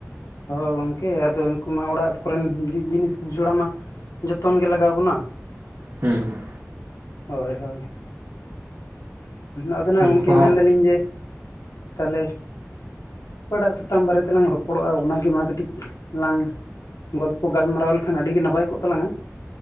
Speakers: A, on the left; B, on the right.
A: ᱦᱳᱭ ᱜᱚᱝᱠᱮ ᱟᱫᱚ ᱩᱱᱠᱩ ᱢᱟ ᱚᱲᱟᱜ ᱠᱚᱨᱮᱱ ᱡᱤᱱᱤᱥ ᱡᱚᱲᱟᱣ ᱢᱟ ᱡᱚᱛᱚᱱ ᱜᱮ ᱞᱟᱜᱟᱣ ᱵᱚᱱᱟ
B: ᱦᱩᱸ
A: ᱦᱳᱭ ᱦᱳᱭ ᱟᱫᱚ ᱦᱟᱸᱜ
B: ᱩᱱᱠᱩ
A: ᱜᱚᱢᱠᱮ
B: ᱦᱚᱸ
A: ᱢᱮᱱᱫᱟᱞᱤᱧ ᱡᱮ ᱛᱟᱦᱞᱮ ᱚᱠᱟᱴᱟᱜ ᱥᱟᱛᱟᱢ ᱵᱟᱨᱮᱛᱮᱞᱟᱝ ᱨᱚᱯᱚᱲᱚᱜᱼᱟ ᱚᱱᱟᱜᱮ ᱢᱟ ᱠᱟᱹᱴᱤᱡ ᱞᱟᱝ ᱜᱚᱞᱯᱚ ᱜᱟᱞᱢᱟᱨᱟᱣ ᱞᱮᱠᱷᱟᱱ ᱟᱹᱰᱤ ᱜᱮ ᱱᱟᱯᱟᱭ ᱠᱚᱜ ᱛᱟᱞᱟᱝᱟ᱾